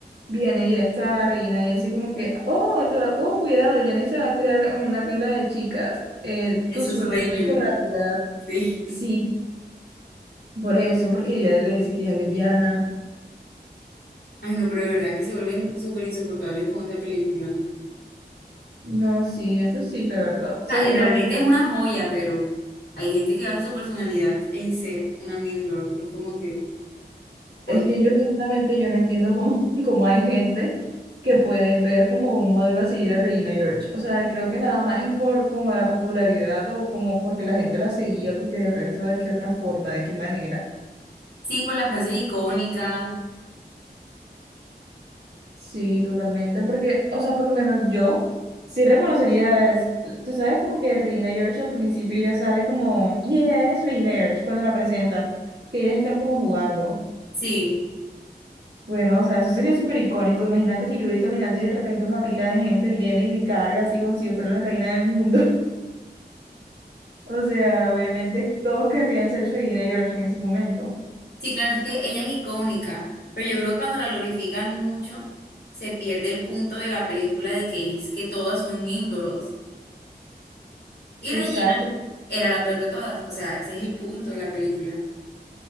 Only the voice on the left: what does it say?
Es
su
sueño,
sí.
<laughs>
Ay, no, pero de verdad que se vuelven súper insoportables con esa película.
sea,
eh, realmente es una joya, pero hay gente que basa su personalidad en ser una mean girl. Es como que, por,
qué?
sí, por las frases icónicas.
Sí,
sí, claro, es que ella es icónica, pero yo creo que cuando la glorifican mucho, se pierde el punto de la película de que es que todas son mean girls. Y
Regina era la peor de todas. O sea, ese es el punto de la película.